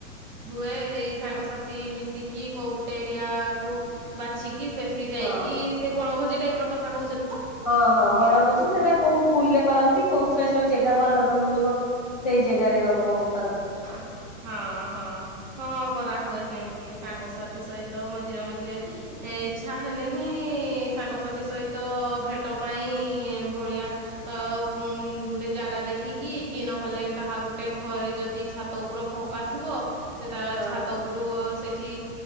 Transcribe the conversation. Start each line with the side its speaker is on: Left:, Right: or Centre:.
Right: ହୁଏ ଏଇ ସାଙ୍ଗସାଥି ମିଶିକି କୋଉ ଗୁଟେ ଏରିଆ କୁ ବାଛିକି କି ସେଠି ଯାଇକି
Left: ହଁ।
Right: ସେଇ ବଣଭୋଜି ଟାଇପ୍ ର କଥା କହୁଛ
Left: ହଁ-ହଁ ବଣ ଭୋଜି ସେଟା କୋଉ ସ୍କୁଲ୍ ରେ କରନ୍ତି କୋଉ ଛୁଆ ଯୋଉ ଜାଗା ଭଲ ବି ମିଳିବ ସେଇ ଜାଗାରେ ଏକା
Right: ହଁ ହଁ ହଁ କରାହୁଏ। ସେମିତି ସାଙ୍ଗସାଥି ସହିତ ମଝିରେ ମଝିରେ ଇଚ୍ଛା ହେଲେ, ହିଁ ସାଙ୍ଗସାଥି ସହିତ ଭେଟ ପାଇଁ ଭଳିଆ ଅ ଗୋଟେ ଜାଗା ଦେଖିକି କି ନହେଲେ କାହା ଗୋଟେ ଘରେ ଯଦି ଛାତ ଉପରେ ଫଙ୍କା ଥିବ, ସେ ତା
Left: ହଁ।
Right: ଛାତ ଉପରୁ ସେ ଏଠି